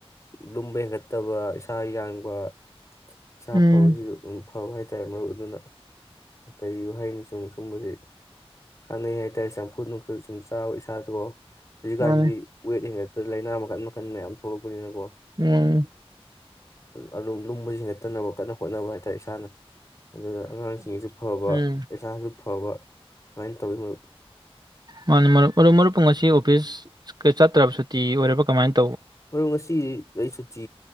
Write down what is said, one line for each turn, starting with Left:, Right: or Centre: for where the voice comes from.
Left: ꯂꯨꯝꯕ ꯍꯦꯟꯒꯠꯇꯕ ꯏꯁꯥ ꯌꯥꯡꯕ ꯆ
Right: ꯎꯝ
Left: ꯐꯥꯎ ꯎ ꯐꯥꯎꯕ ꯍꯥꯏꯇꯥꯔꯦ ꯃꯔꯨꯞ ꯑꯗꯨꯅ ꯀꯔꯤ ꯍꯥꯏꯅꯤ ꯁꯨꯝ ꯁꯨꯝꯕꯗꯤ ꯀꯥꯟꯅꯩ ꯍꯥꯏꯇꯥꯔꯦ ꯆꯝꯐꯨ ꯅꯨꯡꯁꯨ ꯁꯨꯝ ꯆꯥꯎ ꯏꯁꯥꯗꯣ ꯍꯧꯖꯤꯀꯥꯟꯗꯤ
Right: ꯃꯥꯅꯤ
Left: ꯋꯦꯠ ꯍꯦꯟꯒꯠ ꯂꯥꯏꯅꯥ ꯃꯈꯟ ꯃꯈꯟ ꯌꯥꯝ ꯊꯣꯛꯂꯛꯄꯅꯤꯅ <unintelligible>
Right: ꯎꯝ
Left: ꯑꯗꯨꯝ ꯂꯨꯝꯕ ꯒꯠꯇꯅꯕ ꯀꯟꯅ ꯈꯣꯠꯅꯕ ꯍꯥꯏꯇꯥꯔꯦ ꯏꯁꯥꯅ ꯑꯗꯨꯅ ꯑꯉꯥꯡꯁꯤꯡꯒꯤꯁꯨ ꯐꯕ
Right: ꯎꯝ
Left: ꯁꯨ ꯐꯕ ꯁꯨꯃꯥꯏꯅ ꯇꯧꯋꯤ ꯃꯔꯨꯞ
Right: ꯃꯥꯒꯤ ꯃꯔꯨꯞ ꯃꯔꯨꯞꯄ ꯑꯁꯤ ꯑꯣꯐꯤꯁꯀ ꯆꯠꯇ꯭ꯔꯕ ꯁꯨꯇꯤ ꯑꯣꯏꯔꯕ ꯀꯃꯥꯏꯅ ꯇꯧ
Left: ꯃꯔꯣ ꯉꯁꯤ ꯑꯩ ꯁꯨꯇꯤ